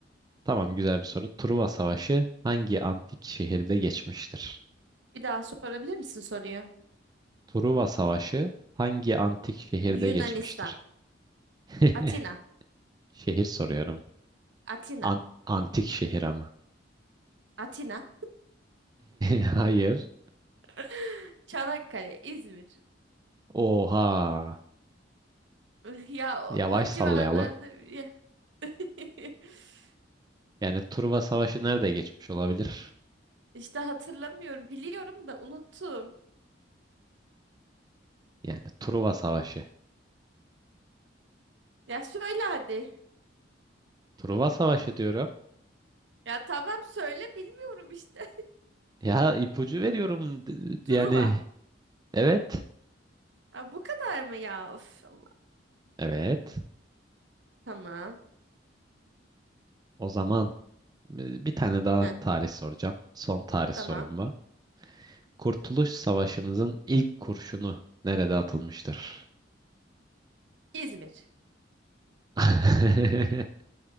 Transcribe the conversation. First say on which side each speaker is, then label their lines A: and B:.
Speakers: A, on the right (about 20°); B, on the right (about 70°).
A: tamam güzel bir soru. Truva Savaşı hangi antik şehirde geçmiştir?
B: Bir daha sorabilir misin soruyu?
A: Truva Savaşı hangi antik şehirde
B: Yunanistan.
A: geçmiştir? <laughs>
B: Atina.
A: Şehir soruyorum.
B: Atina.
A: An- antik şehir ama.
B: Atina.
A: <laughs> Hayır.
B: <gasps> <laughs> Çanakkale. İzmir.
A: Oha.
B: <laughs> Ya o,
A: Yavaş
B: o
A: sallayalım.
B: civarlarda ya. <laughs>
A: Yani Truva Savaşı nerede geçmiş olabilir?
B: İşte hatırlamıyorum. Biliyorum da unuttum.
A: Yani Truva Savaşı.
B: Ya söyle hadi.
A: Truva Savaşı diyorum.
B: Ya tamam söyle bilmiyorum işte. <laughs>
A: Ya ipucu veriyorum. D-
B: Truva.
A: Yani evet.
B: Ya bu kadar mı ya? Of Allah.
A: Evet.
B: Tamam.
A: O zaman e, bir tane daha
B: Heh,
A: tarih soracağım. Son tarih sorum
B: tamam.
A: bu. Kurtuluş Savaşımızın ilk kurşunu nerede atılmıştır?
B: İzmir.
A: <laughs>